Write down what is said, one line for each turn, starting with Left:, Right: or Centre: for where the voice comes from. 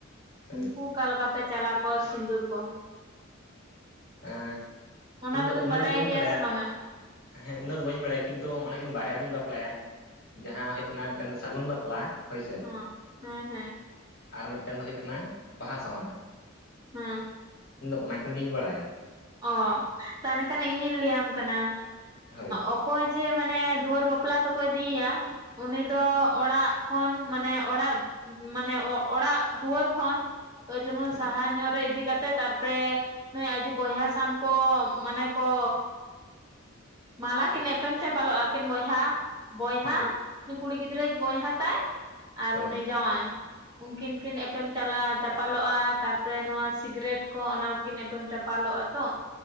Left: ᱦᱳᱭ
Right: ᱩᱱᱠᱩ ᱚᱠᱟᱞᱮᱠᱟ ᱯᱮ ᱪᱟᱞ ᱟᱠᱚᱣᱟ ᱥᱤᱫᱩᱨ ᱠᱚ?
Left: ᱦᱮᱸ
Right: ᱚᱱᱟ
Left: ᱤᱧ
Right: ᱫᱚᱵᱤᱱ
Left: ᱫᱚ ᱩᱱᱟᱹᱜ
Right: ᱵᱟᱰᱟᱭ
Left: ᱫᱚ ᱵᱟᱹᱧ
Right: ᱜᱮᱭᱟ
Left: ᱵᱟᱲᱟᱭᱟ᱾
Right: ᱥᱮ ᱵᱟᱝᱟ
Left: ᱦᱮᱸ ᱩᱱᱟᱹᱜ ᱫᱚ ᱵᱟᱹᱧ ᱵᱟᱲᱟᱭᱟ ᱠᱤᱱᱛᱩ ᱚᱱᱟᱠᱤᱱ ᱵᱟᱨᱭᱟ ᱫᱩᱸᱧ ᱵᱟᱯᱞᱟᱭᱟ ᱡᱟᱦᱟᱸ ᱦᱩᱭᱩᱜ ᱠᱟᱱᱟ ᱢᱤᱫᱴᱮᱱ ᱫᱚ ᱥᱟᱹᱜᱩᱱ ᱵᱟᱯᱞᱟ᱾ ᱦᱳᱭᱥᱮ
Right: ᱦᱚᱸ ᱦᱮᱸ ᱦᱮᱸ
Left: ᱟᱨ ᱢᱤᱫᱴᱮᱱ ᱫᱚ ᱦᱩᱭᱩᱜ ᱠᱟᱱᱟ ᱵᱟᱦᱟ ᱥᱟᱸᱶᱟ᱾
Right: ᱦᱩᱸ
Left: ᱤᱧ ᱫᱚ ᱚᱱᱟᱠᱤᱱ ᱜᱤᱧ ᱵᱟᱲᱟᱭᱟ᱾
Right: ᱚ ᱛᱟᱦᱚᱞᱮ ᱠᱷᱟᱱ ᱤᱧᱤᱧ ᱞᱟᱹᱭᱟᱢ ᱠᱟᱱᱟ
Left: ᱦᱳᱭ
Right: ᱚᱠᱚᱭ ᱡᱮ ᱢᱟᱱᱮ ᱫᱩᱣᱟᱹᱨ ᱵᱟᱯᱞᱟ ᱛᱮᱠᱚ ᱤᱫᱤᱭᱮᱭᱟ ᱩᱱᱤ ᱫᱚ ᱚᱲᱟᱜ ᱠᱷᱚᱱ ᱢᱟᱱᱮ ᱚᱲᱟᱜ ᱢᱟᱱᱮ ᱚᱲᱟᱜ ᱫᱩᱣᱟᱹᱨ ᱠᱷᱚᱱ ᱠᱟᱹᱡ ᱪᱩᱞᱩᱝ
Left: ᱦᱳᱭ
Right: ᱥᱟᱦᱟ ᱧᱚᱜ ᱨᱮ ᱤᱫᱤ ᱠᱟᱛᱮᱜ ᱛᱟᱨᱯᱚᱨᱮ ᱱᱩᱭ ᱟᱡᱤ ᱵᱚᱭᱦᱟ ᱥᱟᱝ ᱠᱚ ᱢᱟᱱᱮ ᱠᱚ ᱢᱟᱞᱟ ᱠᱤᱱ ᱮᱯᱮᱢ ᱪᱟᱯᱟᱞᱚᱜ-ᱟ ᱟᱹᱠᱤᱱ ᱵᱚᱭᱦᱟ ᱵᱚᱭᱦᱟ
Left: ᱦᱩᱸ
Right: ᱩᱱᱤ ᱠᱩᱲᱤ ᱜᱤᱫᱽᱨᱟᱹᱭ ᱵᱚᱭᱦᱟ ᱛᱟᱭ ᱟᱨ
Left: ᱦᱳᱭ
Right: ᱩᱱᱤ ᱡᱟᱶᱟᱭ᱾ ᱩᱱᱠᱤᱱ ᱠᱤᱱ ᱮᱯᱮᱢ ᱪᱟᱞᱟᱜᱼᱟ ᱪᱟᱯᱟᱞᱚᱜ-ᱟ ᱛᱟᱨᱯᱚᱨᱮ ᱱᱚᱣᱟ ᱥᱤᱜᱨᱮᱴ ᱠᱚ ᱚᱱᱟᱠᱤᱱ ᱮᱯᱮᱢ ᱪᱟᱯ ᱯᱟᱞᱚᱜ-ᱟᱛᱚ᱾